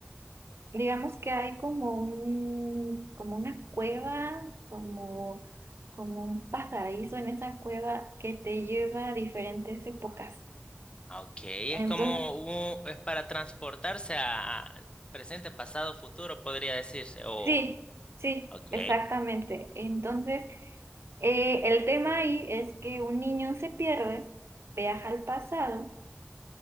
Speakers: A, on the right; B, on the left.
A: Digamos que hay como un, como una cueva, como, como un pasadizo en esa cueva que te lleva a diferentes épocas.
B: Ok, es
A: Entonces,
B: como un- es para transportarse a, a presente, pasado, futuro, podría decirse. O,
A: sí, sí,
B: ok,
A: exactamente. Entonces, eh, el tema ahí es que un niño se pierde, viaja al pasado